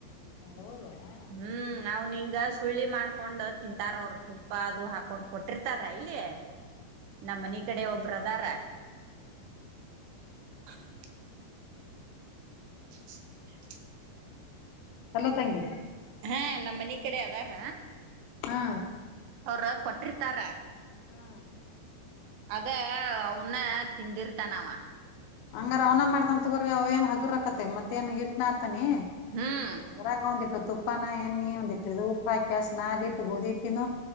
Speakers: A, on the left; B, on the right.
A: ಹೌದಾ <unintelligible>
B: ಹ್ಮ್ ಅವ್ನ ಹಿಂಗ ಸುಳ್ಳಿ ಮಾಡ್ಕೊಂಡ ತಿಂತಾರ ಅವ್ರ ತುಪ್ಪ ಅದು ಹಾಕೊಂಡ್ ಕೊಟ್ಟಿರ್ತಾರ ಇಲ್ಲಿ ತಂಗಿ ನಮ್ಮ ಮನಿ ಕಡೆ ಒಬ್ಬ್ರ ಅದಾರ <unintelligible> <unintelligible>
A: ಅಲ್ಲ ತಂಗಿ
B: ಹೇ ನಮ್ಮ್ ಮನಿ ಕಡೆ ಅದಾರ
A: ಹಾ
B: ಅವರು ಕೊಟ್ಟಿರ್ತಾರ
A: ಹಾ
B: ಅದೇ ಅವನ್ನ ತಿಂದಿರ್ತಾನ ಅವ
A: ಹಂಗಾರ ರ ಅವ್ನ ಮಾಡ್ತ ತೊಗೋರಿ ಅವ ಏನ್ ಹಗುರಕತ್ತ ಮತ್ತೇನ್ ಹಿಟ್ನ ಆತಾನಿ
B: ಹ್ಮ್
A: ಹೊರಾಗ ಒಂದಿಟ್ಟು ತುಪ್ಪಾನ ಎಣ್ಣಿ ಒಂದಿಟ್ಟ ಇದು ಉಪ್ಪ ಹಾಕಸ್ ನಾ ಇಟ್ಟ ಗೊದಿಟ್ಟಿನ